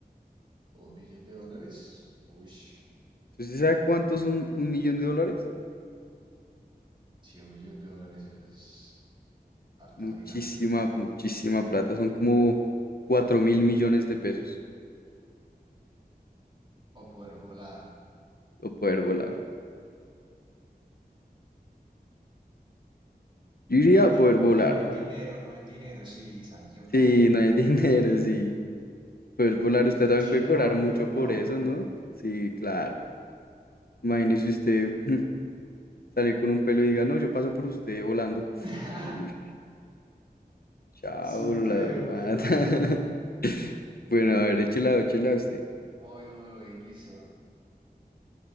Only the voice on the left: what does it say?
¿Usted sí sabe cuántos son un millón de dólares?
Muchísima,
muchísima plata. Son como cuatro mil millones de pesos.
O poder volar. Yo iría
a
poder
volar,
la
verdad.
Sí, no hay <laughs> dinero, sí. Poder volar, usted
también
puede cobrar
mucho por
eso, ¿no? Sí, claro. Imagínese usted <laughs> salir con un pelo y diga, no, yo paso por usted volando.
Uy, chao,
la
mata.
<laughs> Bueno, a ver, échela, échela a usted.